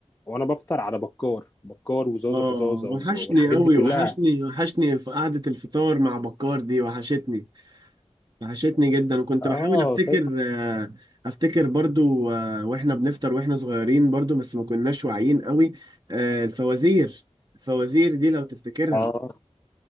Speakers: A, on the left; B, on the right.
A: وأنا بفطر على بكار بكار وزازة
B: اه
A: فزازة و-
B: وحشني
A: والحاجات
B: قوي
A: دي كلها
B: وحشني وحشني في قعدة الفطار مع بكار دي وحشتني وحشتني جدا وكنت
A: آه
B: بحاول افتكر
A: فاكر
B: آه، افتكر برضو آه، واحنا بنفطر واحنا صغيرين برضو بس ما كناش واعيين قوي آه، الفوازير الفوازير دي لو تفتكرها
A: آه